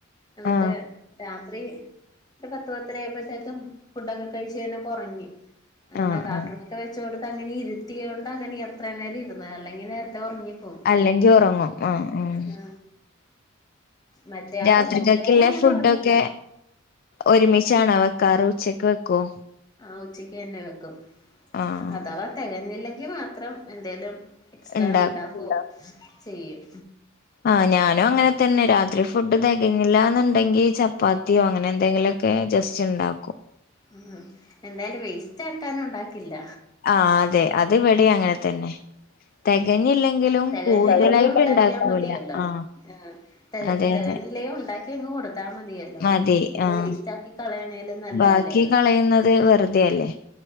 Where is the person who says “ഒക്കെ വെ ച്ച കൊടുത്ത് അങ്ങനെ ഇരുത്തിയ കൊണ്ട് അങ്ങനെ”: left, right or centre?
Left